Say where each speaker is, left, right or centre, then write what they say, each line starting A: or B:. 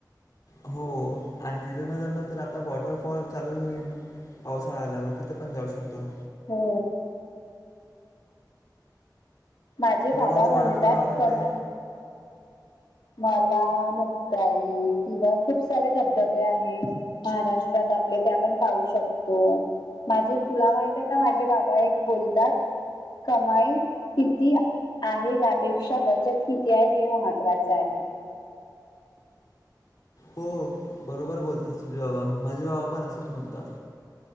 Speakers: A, on the left (about 55°); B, on the left (about 80°).
A: हो आणि तिथं नाही जमला तर आता वॉटरफॉल चालूच होईल पावसाळा आल्यावर तिथं पण जाऊ शकतो
B: हो. माझे
A: तुला
B: बाबा
A: कोणतं
B: म्हणतात
A: वॉटरफॉल आवडते
B: कमाई मला मुक्ताई किंवा खूप सारे धबधबे आहे महाराष्ट्रात आपले ते आपण पाहू शकतो. माझे तुला माहित आहे का माझे बाबा एक बोलतात कमाई किती आहे यापेक्षा बचत किती आहे हे महत्वा च आहे.
A: हो बरोबर बोलतात तुझे बाबा माझे बाबा पण असेच म्हणतात.